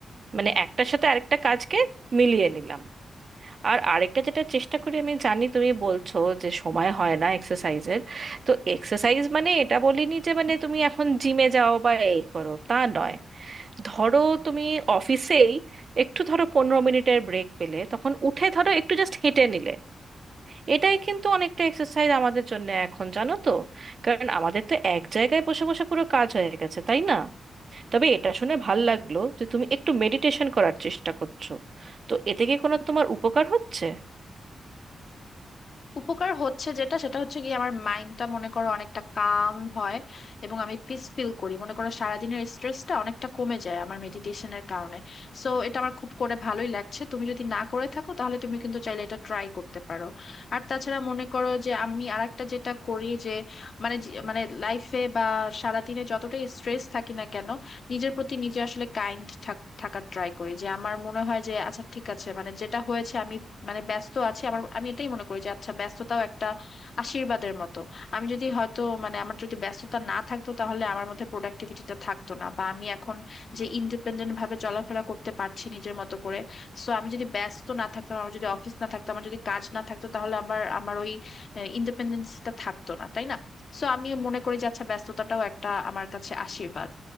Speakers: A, on the right; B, on the left.
A: মানে একটার সাথে আরেকটা কাজকে মিলিয়ে নিলাম আর আরেকটা যেটা চেষ্টা করি আমি জানি তুমি বলছো যে সময় হয় না এক্সারসাইজের তো এক্সারসাইজ মানে এটা বলিনি যে মানে তুমি এখন জিমে যাও বা এই করো তা নয় ধরো তুমি অফিসেই একটু ধরো পনেরো মিনিটের ব্রেক পেলে তখন উঠে ধরো একটু জাস্ট হেঁটে নিলে এটাই কিন্তু অনেকটা এক্সারসাইজ আমাদের জন্য এখন জানো তো কারণ আমাদের তো এক জায়গায় বসে বসে পুরো কাজ হয়ে গেছে তাই না তবে এটা শুনে ভাল লাগলো যে তুমি একটু মেডিটেশন করার চেষ্টা করছো তো এতে কি কোনো তোমার উপকার হচ্ছে
B: উপকার হচ্ছে যেটা সেটা হচ্ছে কি আমার মাইন্ডটা মনে করো অনেকটা কাম হয় এবং আমি পিস ফিল করি মনে করো সারাদিনের স্ট্রেসটা অনেকটা কমে যায় আমার মেডিটেশনের কারণে সো এটা আমার খুব করে ভালোই লাগছে তুমি যদি না করে থাকো তাহলে তুমি কিন্তু চাইলে এটা ট্রাই করতে পারো আর তাছাড়া মনে করো যে আমি আরেকটা যেটা করি যে মানে যে- মানে লাইফে বা সারাদিনে যতটাই স্ট্রেস থাকি না কেন নিজের প্রতি নিজে আসলে কাইন্ড থাকার ট্রাই করি যে আমার মনে হয় যে আচ্ছা ঠিক আছে মানে যেটা হয়েছে আমি মানে ব্যস্ত আছি আমার আমি এটাই মনে করি যে আচ্ছা ব্যস্ততাও একটা আশীর্বাদের মতো আমি যদি হয়তো মানে আমার যদি ব্যস্ততা না থাকতো তাহলে আমার মধ্যে প্রোডাক্টিভিটিটা থাকতো না বা আমি এখন যে ইন্ডিপেন্ডেন্ট ভাবে চলাফেরা করতে পারছি নিজের মতো করে সো আমি যদি ব্যস্ত না থাকতাম আমার যদি অফিস না থাকতো আমার যদি কাজ না থাকতো তাহলে আবার আমার ওই ইন্ডিপেন্ডেন্সটা থাকতো না তাই না সো আমি মনে করি যে আচ্ছা ব্যস্ততাটাও একটা আমার কাছে আশীর্বাদ